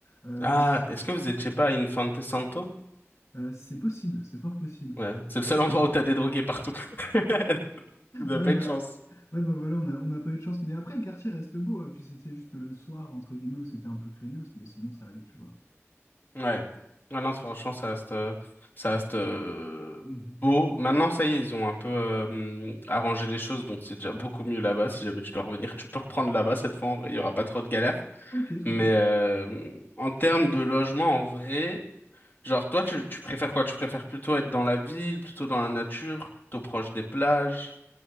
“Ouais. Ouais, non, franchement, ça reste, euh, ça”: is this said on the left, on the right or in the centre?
Left